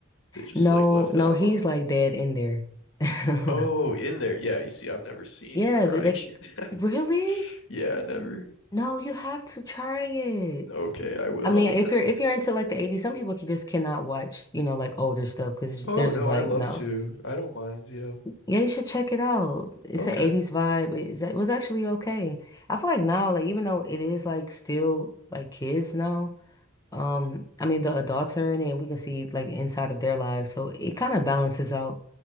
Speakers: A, on the left (about 60°); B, on the left (about 15°).
A: they just
B: No,
A: like left that
B: no,
A: alone.
B: he's like dead in there. <laughs>
A: Oh, in there. Yeah, you see, I've never seen
B: Yeah,
A: Karate
B: they, they
A: Kid.
B: really?
A: <laughs> Yeah, never.
B: No, you have to try it.
A: Okay, I will.
B: I mean, if you're
A: <laughs>
B: if you're into like the 80s, some people can just cannot watch, you know, like older stuff because
A: Oh,
B: they're just
A: no,
B: like,
A: I love
B: no.
A: to. I don't mind. Yeah.
B: Yeah, you should check it out. It's
A: Okay.
B: an 80s vibe. It's, it was actually okay. I feel like now, like even though it is like still like kids now, um, I mean the adults are in it and we can see like inside of their lives. So it kind of balances out.